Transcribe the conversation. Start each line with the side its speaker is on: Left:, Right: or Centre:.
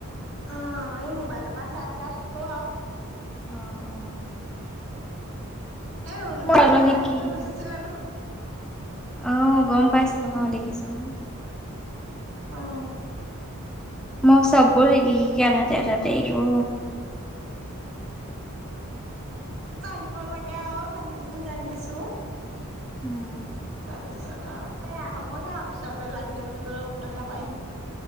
Right: অ এই মোবাইলৰ পৰা চাই চাই শিকো আৰু
Centre: অ', অ'।
Right: এই ৰুণবাহঁতে
Centre: মোৰ অলপ শিকি
Right: আগতে
Centre: শিকি
Right: গুচিছিলে নহয়
Centre: অ গম পাইছো অ দেখিছো ন
Right: আহ
Centre: মই চব সকি সক আধাতে আ়া দেলো
Right: জানিব লাগে আৰু জানিম জানিছো
Centre: উম
Right: তাৰপিছত সেয়া হ'বহে আৰু পিছলে লাগে বুলি ক'লেও পতকা পাইিম